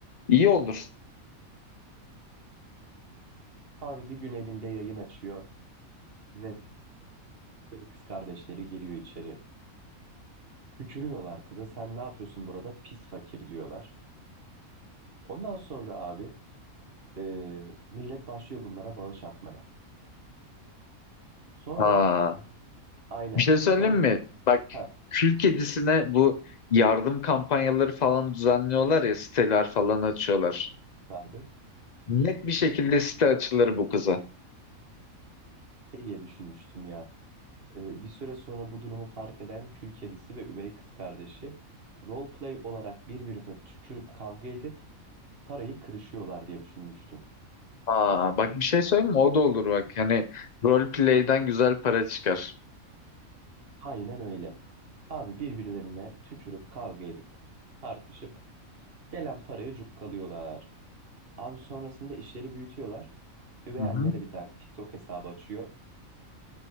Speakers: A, on the left (about 40°); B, on the right (about 45°).
A: iyi olur.
B: Abi bir gün evinde yayın açıyor ve e, kız kardeşleri geliyor içeri. Tükürüyorlar kıza sen ne yapıyorsun burada pis fakir diyorlar. Ondan sonra abi e, millet başlıyor bunlara bağış atmaya. Sonra
A: Aa,
B: aynen
A: bir şey söyleyeyim
B: sonra
A: mi? Bak
B: ha
A: kül kedisine bu yardım kampanyaları falan düzenliyorlar ya siteler falan açıyorlar.
B: abi
A: Net bir şekilde site açılır bu kıza.
B: şey diye düşünmüştüm ya. E, bir süre sonra bu durumu fark eden kül kedisi ve üvey kız kardeşi roleplay olarak birbirine tükürüp kavga edip parayı kırışıyorlar diye düşünmüştüm.
A: Aa, bak bir şey söyleyeyim mi? O da olur bak. Yani role play'den güzel para çıkar.
B: Aynen öyle. Abi birbirlerine tükürüp kavga edip tartışıp gelen parayı cukkalıyorlar. Abi sonrasında işleri büyütüyorlar. Üvey
A: Hı hı.
B: anne de bir tane TikTok hesabı açıyor.